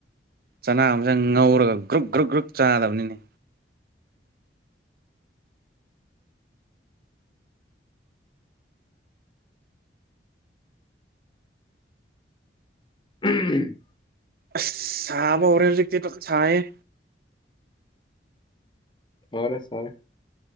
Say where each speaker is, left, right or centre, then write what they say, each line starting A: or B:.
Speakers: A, on the right (about 55°); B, on the left (about 25°).
A: ꯆꯥꯅ <unintelligible> ꯉꯧꯔꯒ ꯒ꯭ꯔꯨꯨꯞ ꯒ꯭ꯔꯨꯛ ꯒ꯭ꯔꯨꯛ ꯆꯥꯅꯕꯅꯤꯅꯦ
B: ꯎꯝ ꯍꯝ
A: ꯑꯁ ꯁꯥꯥꯕ ꯍꯧꯔꯦ ꯍꯧꯖꯤꯛꯇꯤ <unintelligible> ꯁꯥꯏꯌꯦ
B: ꯐꯔꯦ ꯐꯔꯦ